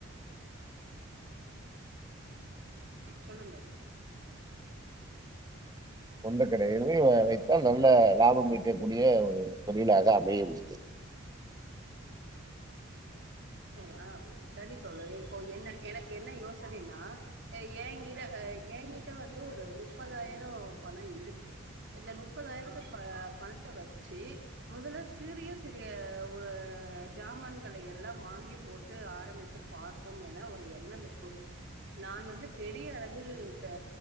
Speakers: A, on the right; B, on the right.
A: சொல்லுங்கள்
B: சொந்த கடயவே வைத்தால் நல்ல லாபம் மீட்டக்கூடிய தொழிலாக அமையும்
A: ம் அ சரி தோழறே இப்போ என்ன எனக்கு என்ன யோசனைனா அ ஏங்கிட அ அ ஏங்கிட்ட வந்து ஒரு முப்பதாயிரோ பண இருக்கு இந்த முப்பதாயிரத்த ப பணத்த வ ச்சு முதல்ல சிறிய சிறிய வ ஜாமான்கள எல்லா வாங்கி போட்டு ஆரம்பித்து பார்ப்போம் என ஒரு எண்ணம் இப்போதிக்கு நான் வந்து பெரிய அளவில் ஆ